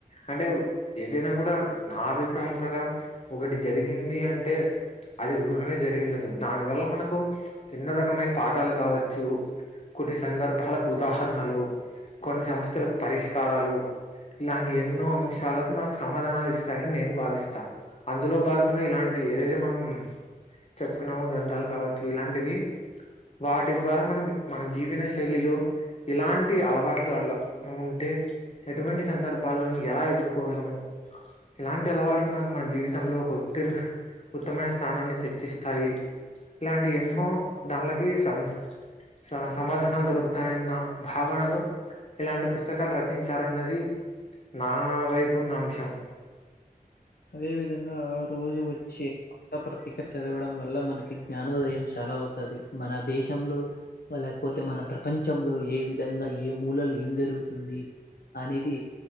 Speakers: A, on the left (about 45°); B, on the left (about 80°).
A: అంటే ఏదైనా కూడా నా అభిప్రాయం ప్రకారం ఒకటి జరిగింది అంటే అది ఊరుకనే జరిగిండదు దాని వల్ల మనకు ఎన్నో రకమైన పాఠాలు కావచ్చు కొన్ని సందర్భాలకు ఉదాహరణలు కొన్ని సమస్యలకు పరిష్కారాలు. ఇలాంటి ఎన్నో అంశాలకు మనకు సమాధానాలు ఇస్తాయని నేను భావిస్ చ అందులో భాగంగా ఇలాంటి ఏదైతే మనం చెప్పుకున్నామో గ్రంథాలు కావచ్చు ఇలాంటివి. వాటి ద్వారా మనమి మన జీవన శైలిలో ఇలాంటి అలవాట్లు అలా ఉంటే ఎటువంటి సందర్భాలను ఎలా ఎదుర్కోగలము. ఇలాంటి అలవాట్ ఇగ మనకు మన జీవితంలో ఒక ఉత్తీర్ణ ఉత్తమైన స్థానాన్ని తెచ్చిస్తాయి. ఇలాంటి ఎన్నో దాంట్లకి సన్ స సమాధానాలు దొరుకుతాయన్న భావనలో ఇలాంటి పుస్తకాలు రచించారన్నది. నా వైపు ఉన్న అంశం
B: అదే విధంగా రోజు వచ్చి గ పత్రిక చదవడం వల్ల మనకి జ్ఞానోదయం చాలా అవుతది మన దేశంలో వాళ్ళ లేకపోతే మన ప్రపంచంలో ఏ విధంగా ఏ మూలలు ఏం జరుగుతుంది అనేది